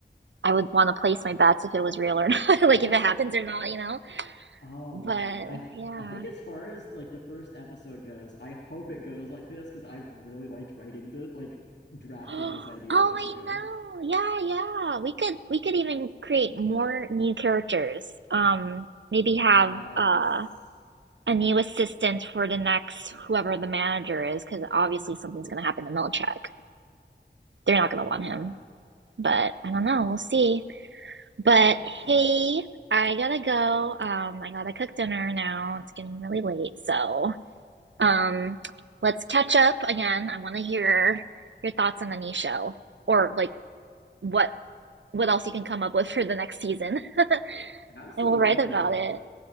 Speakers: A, on the right; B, on the left.
A: I would want to place my bets if it was real or not, <laughs> like
B: <laughs>
A: if it happens or not, you know.
B: Oh
A: But
B: man. I
A: yeah,
B: I think as far as like the first episode goes, I hope it goes like this because I've really liked writing this, like drafting
A: <gasps>
B: this idea
A: Oh,
B: with
A: I
B: you.
A: know. Yeah, yeah. We could we could even create more new characters. Um, maybe have
B: Yes.
A: uh a new assistant for the next whoever the manager is, because obviously something's gonna happen to Milchek. They're not gonna
B: Yeah.
A: want him. But I don't know, we'll see. But
B: Awesome.
A: hey, I gotta go. Um, I gotta cook dinner now. It's getting really late, so um let's catch up again. I wanna hear your thoughts on the new show. Or like what what else you can come up with for the next season <laughs>
B: Absolutely.
A: and we'll write about it.